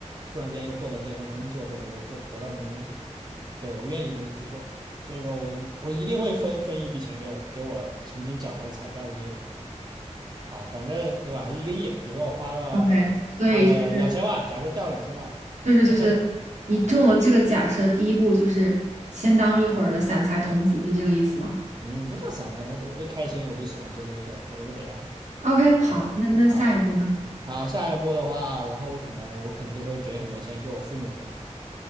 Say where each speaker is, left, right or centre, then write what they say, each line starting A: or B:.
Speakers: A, on the right; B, on the right.
A: 突然间又获得这份工作，或者说获得到什么东西，对，我愿意这么去做。所以说我我一定会分分一笔钱给我给我曾经讲过彩票的这些朋友。好，反正对吧？一个亿，比如说我花了花了两千万，
B: OK，所以就是
A: 假设掉了两千万，
B: 就是就是你中了这个假设，
A: 但是啊，
B: 第一步就是先当一会儿的散财童子，是这个意思吗
A: 嗯，不叫散财童子，我就开心，我就喜欢做这个事儿，对，我就给他们。
B: ？OK，好，
A: 对，
B: 那那下一步呢？
A: 好，好，下一步的话，然后我可能我可能就会给很多钱给我父母吧。